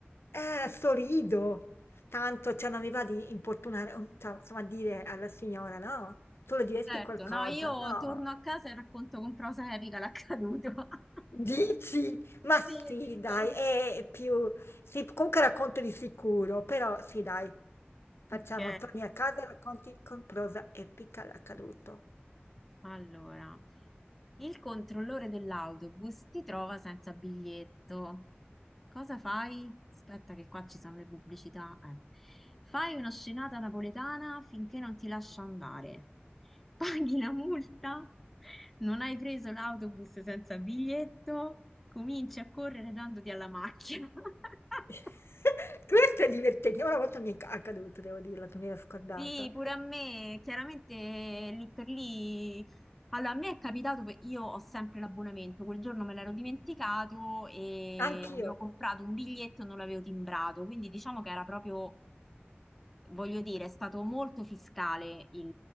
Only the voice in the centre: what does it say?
Certo,
no, io
torno a casa e racconto con prosa epica l'accaduto. <laughs>
Sì, esistono.
Ok.
Allora, il controllore dell'autobus ti trova senza biglietto. Cosa fai? Aspetta che qua ci sono le pubblicità. eh. Fai una scenata napoletana finché non ti lascia andare. <laughs> Paghi la multa, non hai preso l'autobus senza biglietto, cominci a correre dandoti alla macchina. <laughs>
Sì, pure a me, chiaramente eh, lì per lì. Allora, a me è capitato, che io ho sempre l'abbonamento, quel giorno me l'ero dimenticato e
avevo comprato un biglietto e non l'avevo timbrato, quindi diciamo che era proprio, voglio dire, è stato molto fiscale il,